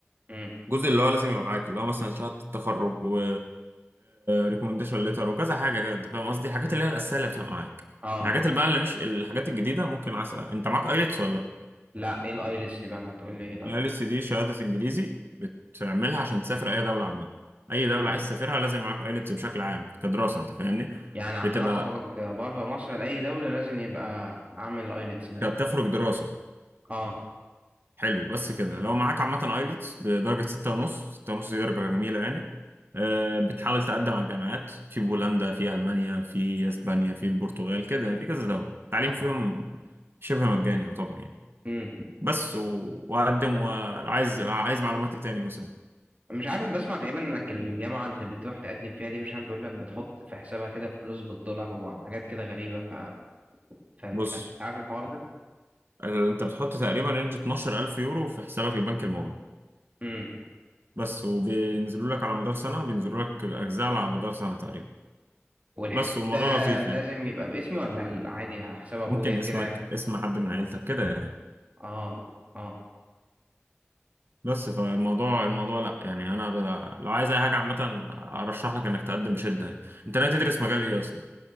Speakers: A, on the right; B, on the right.
A: امم
B: جزء اللي هو لازم يبقى معاك اللي هو مثلا شهادة التخرج و ريكومنديشن ليتر وكذا حاجة كده أنت فاهم قصدي الحاجات اللي هي الأساسية اللي بتبقى معاك
A: اه
B: الحاجات اللي بقى اللي مش الحاجات الجديدة ممكن عسى أنت معاك ايلتس ولا لأ؟
A: لا ايه الايلتس دي بقى ما تقول لي ايه الايلتس
B: الايلتس دي شهادة انجليزي بتعملها عشان تسافر اي دولة عامة اي دولة
A: امم
B: عايز تسافرها لازم معاك ايلتس بشكل عام كدراسة انت فاهمني
A: يعني عشان
B: بتبقى
A: اخرج بره مصر لاي دوله لازم يبقى اعمل الايلتس ده
B: بتخرج دراسة
A: اه
B: حلو بس كده لو معاك عامة ايلتس بدرجة ستة ونص ستة ونص دي درجة جميلة يعني آه، بتحاول تقدم على الجامعات في بولندا في المانيا في اسبانيا في البرتغال كده يعني في كذا دولة التعليم
A: اه
B: فيهم شبه مجاني يعتبر يعني
A: امم
B: بس و- وأقدم وعايز عايز معلومات إيه تاني مثلا
A: مش عارف بسمع تقريبا انك الجامعه اللي بتروح تقدم فيها دي مش عارف بيقول لك بتحط في حسابها كده فلوس بالدولار وحاجات كده غريبه ف... فانت
B: بص
A: عارف الحوار ده
B: انت بتحط تقريبا رينج 12000 يورو في حسابك البنك المغلق
A: امم
B: بس وبينزلوا لك على مدار سنة بينزلوا لك أجزاء على مدار سنة تقريبا
A: والحساب
B: بس والموضوع
A: ده
B: لطيف
A: لازم
B: يعني
A: يبقى باسمي ولا عادي حساب ابويا
B: ممكن
A: كده
B: اسمك
A: يعني
B: اسم حد من عيلتك كده يعني
A: اه اه
B: بس فالموضوع الموضوع لا يعني انا ب... لو عايز اي حاجة عامة ارشح لك انك تقدم بشدة يعني انت ناوي تدرس مجال ايه اصلا